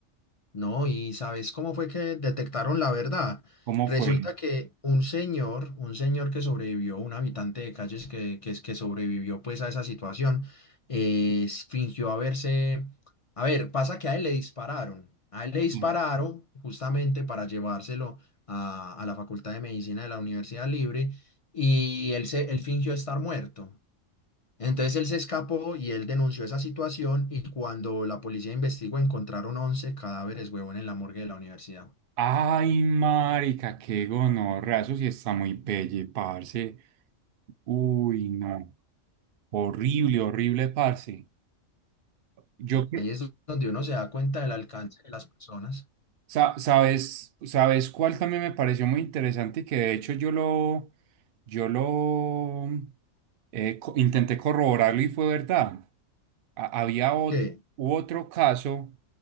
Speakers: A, on the left (about 45°); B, on the right (about 65°).
A: No, y ¿sabes cómo fue que detectaron la verdad?
B: ¿Cómo
A: Resulta
B: fue?
A: que un señor, un señor que sobrevivió, un habitante de calles que, que, es- que sobrevivió pues a esa situación, eh, s- fingió haberse... A ver, pasa que a él le dispararon. A él le dispararon
B: Mm.
A: justamente para llevárselo a, a la Facultad de Medicina de la Universidad Libre y él, se, él fingió estar muerto. Entonces él se escapó y él denunció esa situación y cuando la policía investigó encontraron 11 cadáveres, huevón, en la morgue de la universidad.
B: Ay, marica, qué gonorrea, eso sí está muy pelle, parce. Uy, no. Horrible, horrible, parce. Yo, cre-
A: Ahí es donde uno se da cuenta del alcance de las personas.
B: sa- sabes, sabes cuál también me pareció muy interesante y que de hecho yo lo, yo lo eh, co- intenté corroborarlo y fue verdad. a- había otro,
A: ¿Qué?
B: otro caso,